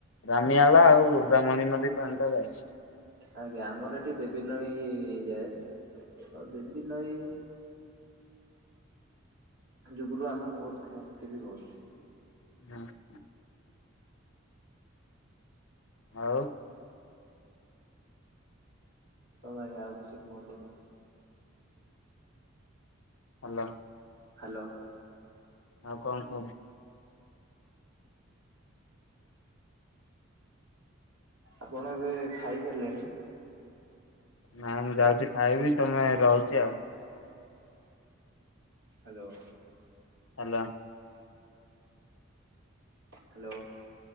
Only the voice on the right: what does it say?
ଆଜ୍ଞା, ଆମର ଏଠି ଦେବୀନଈ ଯାଏ, ଆଉ ଦେବୀନଈ ଯୁଗୁରୁ ଆମ ବହୁତ କ୍ଷୟକ୍ଷତି ବି ହଉଛି।
ହଉ ଭାଇ ଆଉ କିଛି କହୁନ୍ତୁ।
ହାଲୋ।
ଆପଣ ଏବେ ଖାଇସାରିଲେଣି?
ହାଲୋ।
ହ୍ୟାଲୋ।